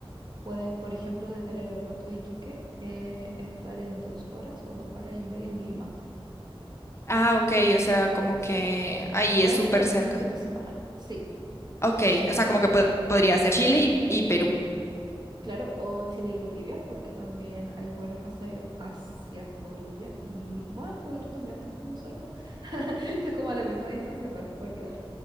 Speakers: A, on the right; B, on the left.
A: Puedes, por ejemplo, desde el aeropuerto de Iquique, eh, estar en dos horas o dos horas y media en Lima.
B: Ah, ok, o sea, como que
A: S-
B: ahí
A: Puedes
B: es súper
A: escaparte
B: cerca.
A: un fin de semana, sí,
B: Ok, o sea, como que po- podría ser Chile y, y Perú.
A: Claro, o Chile y Bolivia, porque también hay vuelos hacia, hacia Bolivia. Y bueno, pero tú también estás como cerca. <laughs> Estás como a la misma distancia. Bueno, olvídalo.